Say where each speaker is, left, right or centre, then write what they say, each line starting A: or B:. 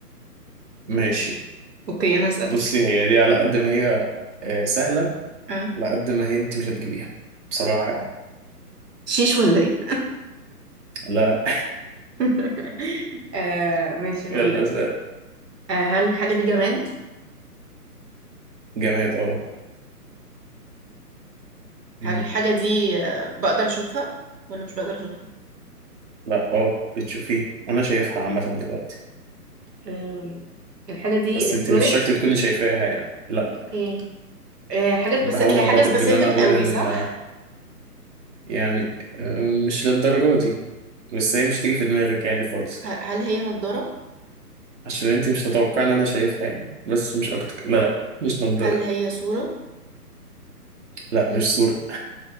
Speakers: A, on the right; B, on the right.
A: ماشي
B: اوكي انا هسألك
A: بصي هي دي على قد ما هي آه، سهلة
B: أه
A: على قد ما هي انت مش هتجيبيها بصراحة يعني
B: شيش ولا ايه
A: لا
B: <laughs> آه ماشي
A: <laughs> يلا
B: هقولك
A: سهل.
B: آه، هل الحاجة دي جماد؟
A: جماد اه مم.
B: هل الحاجة دي آه، بقدر أشوفها ولا مش بقدر أشوفها؟
A: لا اه بتشوفيها انا شايفها عامة دلوقتي
B: أم، الحاجة دي
A: بس
B: إلكترونيك
A: انت مش شرط تكوني شايفاها يعني لا
B: اوكي آه، حاجات
A: بحاول
B: بس هي
A: اخبطك
B: حاجة سبيسيفيك
A: بان انا اقول
B: قوي
A: ان
B: صح؟
A: آه، يعني آه، مش للدرجة دي بس هي مش تيجي في دماغك يعني خالص
B: ه- هل هي نضارة؟
A: عشان انت مش تتوقع ان انا شايفها يعني بس مش اكتر لا مش نضارة
B: هل هي صورة؟
A: لا مش صورة